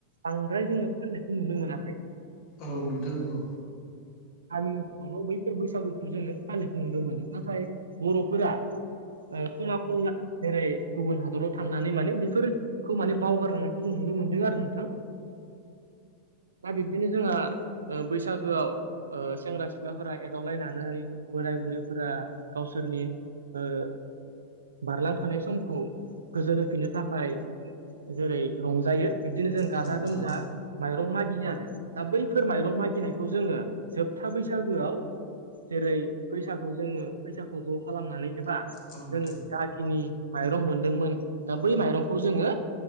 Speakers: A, on the right (about 70°); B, on the left (about 45°).
A: बांद्राय जोङो फाननायखौ नुनो मोनाखै।
B: औ नोंथां औ।
A: गामि ओनसोलफ्रावल' बैफोर बैसागुखौ जोङो फालिनायखौ नुनो मोनो नाथाय बर'फोरा ओ खना खनला जेरै गुबुन हादराव थां नानै माने बेफोरखौ माने बावगारलांनायखौ जों नुनो मोनदों आरो नोंथां। बा बिब्दिनो जोंहा ओ बैसागोआव ओ सेंग्रा सिख्लाफोरा एदावलायनानै बोराय बुरैफोरा गावसोरनि ओ बारलांखानाय समखौ गोजोन होफिननो थाखाय जेरै रंजायो बिब्दिनो
B: औ
A: जों गाजा
B: नोंथां
A: गोमजा माइरं मागियो आरो दा बैफोर माइरं मागिनायखौ जोङो जोबथा बैसागोआव जेरै फैसाखौ जोङो फैसाखौ ज' खालामनानै एबा जोङो
B: औ नोंथां
A: जाखिनि माइरं मोनदोंमोन दा बै माइरंखौ जोङो